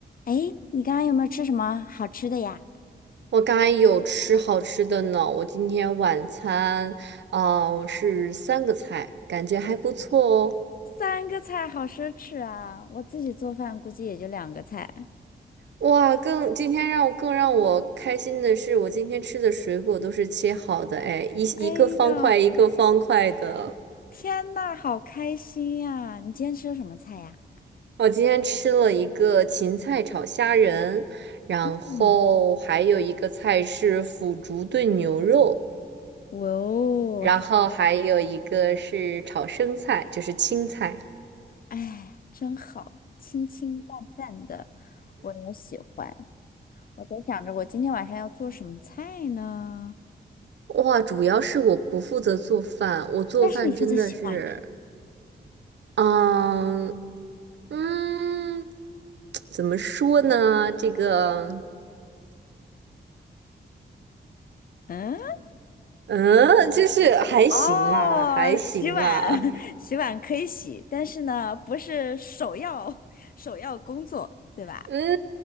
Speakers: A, on the left; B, on the right.
A: 哎，你刚刚有没有吃什么好吃的呀？
B: 我刚才有吃好吃的呢，我今天晚餐，哦，是三个菜，感觉还不错哦。
A: 三个菜好奢侈啊！我自己做饭估计也就两个菜。
B: 哇，更今天让我更让我开心的是，我今天吃的水果都是切好的，哎，一一个方块一个方块的。
A: 哎呦，天呐，好开心呀！你今天吃的什么菜呀？
B: 我今天吃了一个芹菜炒虾仁，然后还有一个菜是腐竹炖牛肉，
A: 嗯，哇哦，
B: 然后还有一个是炒生菜，
A: 还
B: 就是青菜。
A: 哎，真好，清清淡淡的，我也喜欢。我在想着我今天晚上要做什么菜呢？
B: 哇，主要是我不负责做饭，我做饭真的是，
A: 但是你负责洗碗吗？
B: 嗯嗯，怎么说呢？这个，
A: 嗯。
B: 嗯，就是还行啦，
A: 哦，
B: 还行啦，
A: 洗碗，<laughs> 洗碗可以洗，但是呢，不是首要首 <laughs> 要工作，对吧？
B: 嗯，